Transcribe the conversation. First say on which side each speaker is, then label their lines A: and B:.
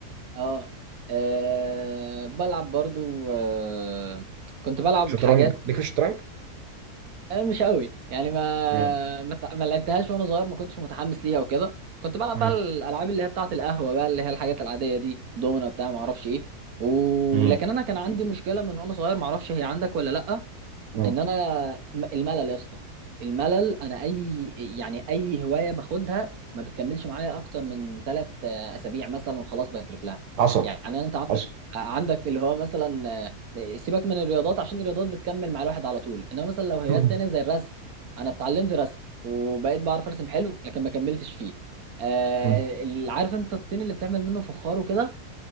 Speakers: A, on the right; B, on the right.
A: اه, آه بلعب برضو آه كنت بلعب
B: شطرنج
A: حاجات
B: ليك في الشطرنج
A: أنا مش قوي يعني ما
B: مم.
A: ما تع- ما لعبتهاش وانا صغير ما كنتش متحمس ليها وكده كنت بلعب
B: مم.
A: بقى الالعاب اللي هي بتاعه القهوه بقى اللي هي الحاجات العاديه دي دومنا بتاع ما اعرفش ايه ولكن
B: مم.
A: انا كان عندي مشكله من وانا صغير ما اعرفش هي عندك ولا لا
B: مم.
A: ان انا م- الملل يا اسطى الملل انا اي يعني اي هوايه باخدها ما بتكملش معايا اكتر من ثلاث اسابيع مثلا وخلاص بكرف لها
B: حصل
A: يعني انت عندك
B: حصل
A: عندك اللي هو مثلا آه، سيبك من الرياضات عشان الرياضات بتكمل مع الواحد على طول انما مثلا لو هوايات
B: مم.
A: تانية زي الرسم انا اتعلمت رسم وبقيت بعرف ارسم حلو لكن ما كملتش فيه آه
B: مم.
A: ال- عارف انت الطين اللي بتعمل منه فخار وكده